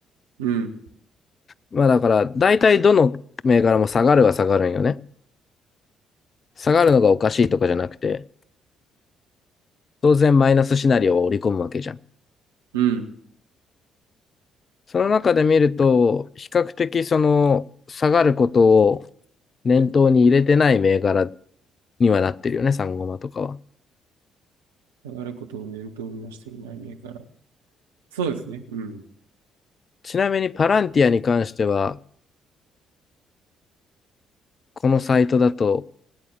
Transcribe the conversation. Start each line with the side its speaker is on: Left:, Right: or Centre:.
Right: うん、
Left: まあだから、大体どの銘柄も下がるは下がるんよね。下がるのがおかしいとかじゃなくて、当然マイナスシナリオを織り込むわけじゃん。
Right: うん、
Left: その中で見ると、比較的その下がることを念頭に入れてない銘柄にはなってるよね、サンゴマとかは。
Right: 上がることを念頭にはしていない銘柄。そうですね。うん。
Left: ちなみにパランティアに関しては、このサイトだと